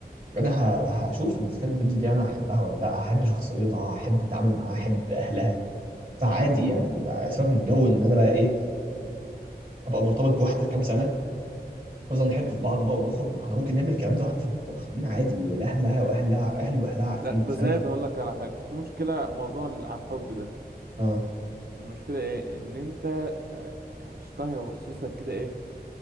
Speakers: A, on the right (about 40°); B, on the right (about 70°).
A: انا ه- هشوف ان إذا كانت البنت دي انا هحبها ولا لا هحب شخصيتها هحب التعامل معاها هحب اهلها فعادي يعني بقى سيبك من جو ان انا بقى ايه ابقى مرتبط بواحده كام سنه نفضل نحب
B: مم.
A: في بعض بقى ونخرج ما احنا ممكن نعمل الكلام ده واحنا في- خطوبين عادي والاهلها واهلها اهلي واهلها عارفين
B: لا ده
A: فاهم
B: زايد هقول لك على حاجة في مشكلة موضوع عن الحب ده
A: اه
B: المشكلة ايه ان انت آه، الشيطان هيوسوس لك كده ايه